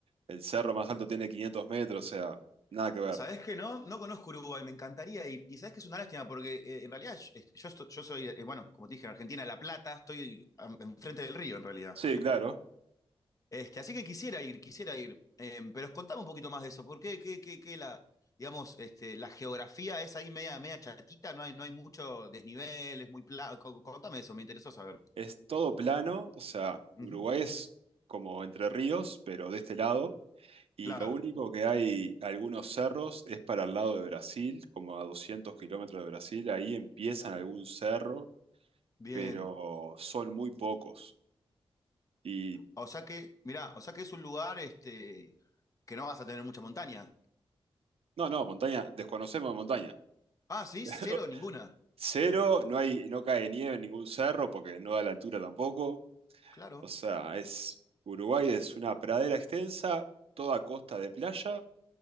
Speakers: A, on the right; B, on the left.
A: El cerro más alto tiene 500 metros, o sea, nada
B: ¿sabés
A: que ver.
B: qué no? No conozco Uruguay, me encantaría ir. Y sabés que es una lástima porque eh, en realidad yo, yo estoy- yo soy, eh, bueno, como te dije, en Argentina, La Plata, estoy am- enfrente del río en realidad.
A: Sí, claro.
B: Este, así que quisiera ir, quisiera ir. Eh, pero contame un poquito más de eso. ¿Por qué, qué, qué, qué la, digamos, este, la geografía es ahí media, media chatita? No hay, no hay mucho desnivel, es muy plano. Contame eso, me interesó saber.
A: Es todo plano, o sea, Uruguay
B: Ujú,
A: es como Entre Ríos, pero de este lado. Y
B: Claro,
A: lo único que hay algunos cerros es para el lado de Brasil, como a 200 kilómetros de Brasil. Ahí empiezan algún cerro,
B: bien.
A: pero son muy pocos. Y
B: O sea que, mirá, o sea que es un lugar este, que no vas a tener mucha montaña.
A: no, no, montaña, desconocemos de montaña.
B: Ah, sí,
A: <laughs>
B: cero, ninguna.
A: Cero, no hay, no cae nieve en ningún cerro porque no da la altura tampoco.
B: Claro,
A: O sea, es, Uruguay es una pradera extensa, toda costa de playa